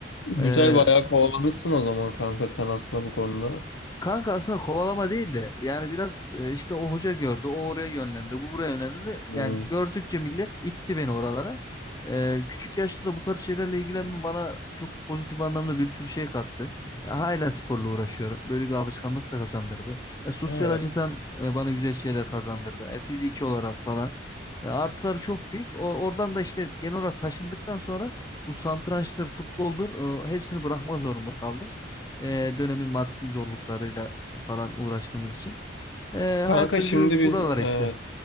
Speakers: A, on the left (about 75°); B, on the left (about 20°).
A: Güzel
B: E,
A: bayağı kovalamışsın o zaman kanka sen aslında bu konuda.
B: Kanka aslında kovalama değil de yani biraz e, işte o hoca gördü o oraya yönlendi bu buraya yönlendi
A: Hmm,
B: yani gördükçe millet itti beni oralara. E, küçük yaşta da bu tarz şeylerle ilgilenmem bana çok pozitif anlamda bir sürü şey kattı. E, hala sporla uğraşıyorum böyle bir alışkanlık da kazandırdı. E, sosyal
A: Evet.
B: açıdan e, bana güzel şeyler kazandırdı E, fiziki olarak falan. E, artıları çok büyük o, oradan da işte genel olarak taşındıktan sonra bu satrançtır futboldur e, hepsini bırakmak zorunda kaldım e, dönemin maddi zorluklarıyla falan uğraştığımız için e,
A: Kanka
B: hayatta
A: şimdi
B: bizi
A: biz
B: buralar
A: e,
B: etti.